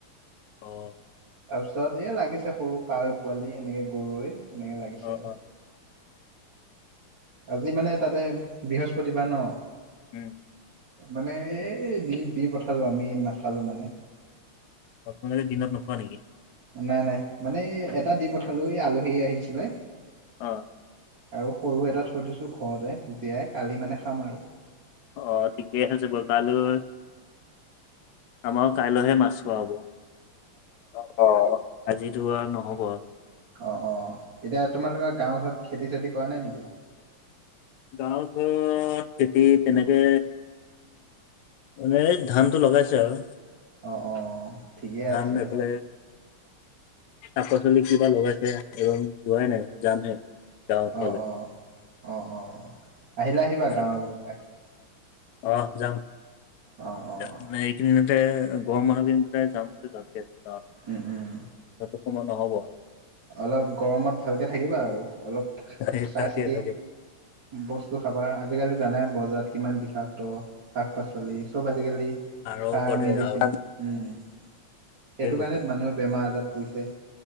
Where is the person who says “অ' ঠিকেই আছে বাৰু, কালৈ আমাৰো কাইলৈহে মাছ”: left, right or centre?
Left